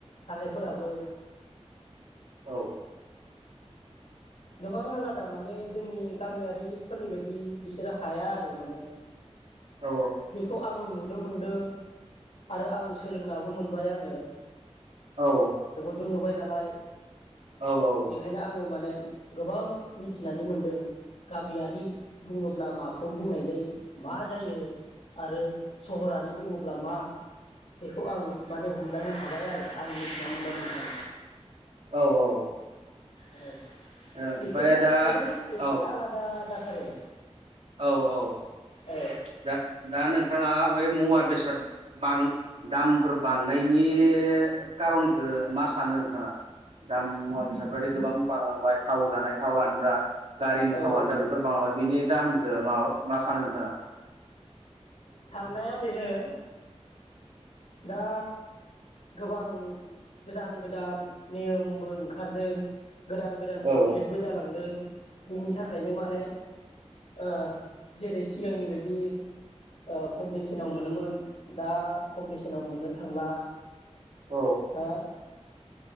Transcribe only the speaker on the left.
थानायफोराबो
गोबां आलादा माने जोंनि गामियारिफोरनि बायदि बिसोरो हाया आरो माने
बेखौ आं नुनो मोनदों। आरो आं सोलोंनाबो मोनबाय आङो
जों नुबाय नालाय
बेखायनो आङो माने गोबां मिथिनानै मोनदों गामियारि बुङोब्ला माखौ बुंनाय जायो मा जायो आरो सहरारि बुङोब्ला मा बेखौ आं माने हमदांनो हाबाय आरो आं मिथिना मोनबाय नोंथां।
औ
बिसोरनिया
गोबां एसे
आलादा जाथारो।
औ
औ
साननाया बेनो दा गोबां गोदान गोदान नियमबो ओंखारदों। गोदान गोदान
आपडेटबो जालांदों बिनि थाखायनो माने ओ जेरै सिगांनि बायदि ओ खम बेसेनाव मोनोमोन दा खम बेसेनाव मोननो थांला
हो?